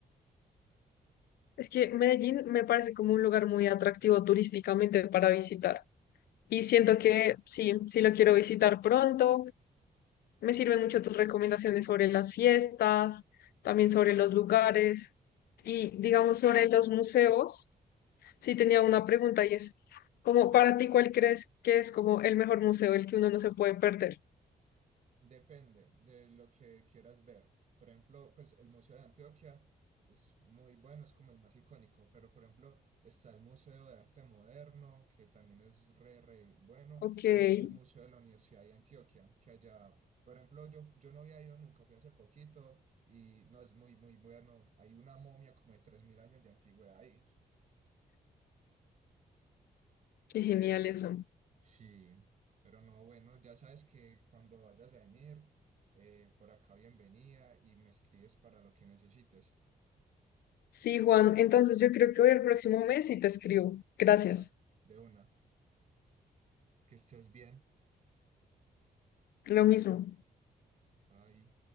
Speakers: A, on the left; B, on the right.
A: Es que Medellín me parece como un lugar muy atractivo turísticamente para visitar. Y siento que sí, sí lo quiero visitar pronto. Me sirven mucho tus recomendaciones sobre las fiestas, también sobre los lugares y digamos sobre los museos. Sí tenía una pregunta y es, como para ti, ¿cuál crees que es como el mejor museo, el que uno no se puede perder?
B: Depende de lo que quieras ver. Por ejemplo, pues el Museo de Antioquia es muy bueno, es como el más icónico, pero por ejemplo está el Museo de Arte Moderno, que también es re, re bueno,
A: Ok, qué
B: o el Museo de la Universidad de Antioquia, que allá, por ejemplo, yo, yo no había ido nunca, fui hace poquito y no es muy, muy bueno. Hay una momia como de 3.000 años de antigüedad ahí.
A: genial eso.
B: Sí, pero no, bueno, ya sabes que cuando vayas a venir, eh, por acá bienvenida y me escribes para lo que necesites.
A: Sí, Juan, entonces yo creo que hoy el próximo mes y te escribo. Gracias.
B: Ah. De una, que estés bien.
A: Lo mismo.
B: Bye.